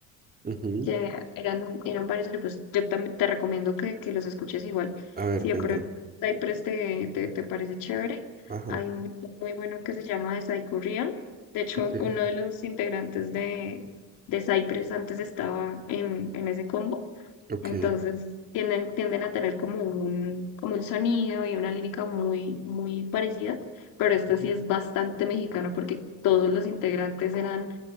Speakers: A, on the right; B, on the left.
A: Ujú.
B: que eran, eran varios grupos. Yo también te recomiendo que, que los escuches igual.
A: A ver,
B: Si
A: cuéntame.
B: de pronto Cypress te, te, te parece chévere,
A: Ajá,
B: hay un grupo muy bueno que se llama The Psycho Real. De hecho,
A: ok,
B: uno de los integrantes de, de Cypress antes estaba en, en ese combo.
A: ok,
B: Entonces tienden, tienden a tener como un, como un sonido y una lírica muy, muy parecida, pero esto
A: Ujú.
B: sí es bastante mexicano porque todos los integrantes eran